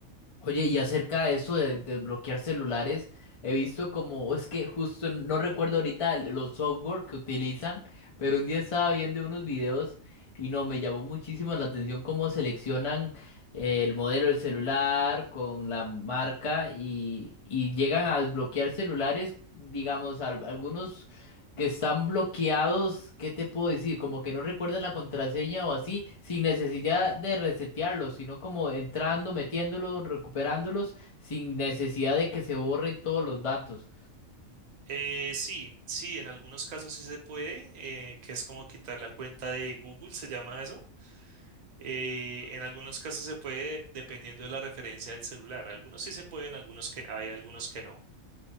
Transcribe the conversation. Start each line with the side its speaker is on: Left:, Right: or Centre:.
Left: Oye, y acerca de eso de desbloquear celulares, he visto como, es que justo no recuerdo ahorita el- los software que utilizan, pero un día estaba viendo unos videos y no, me llamó muchísimo la atención cómo seleccionan eh, el modelo del celular con la marca y, y llegan a desbloquear celulares, digamos, al- algunos que están bloqueados, ¿qué te puedo decir? Como que no recuerdan la contraseña o así, sin necesidad de resetearlos, sino como entrando, metiéndolos, recuperándolos, sin necesidad de que se borren todos los datos.
Right: Eh, sí, sí, en algunos casos sí se puede, eh, que es como quitar la cuenta de Google, se llama eso. Eh, en algunos casos se puede dependiendo de la referencia del celular. Algunos sí se pueden, algunos que hay, algunos que no.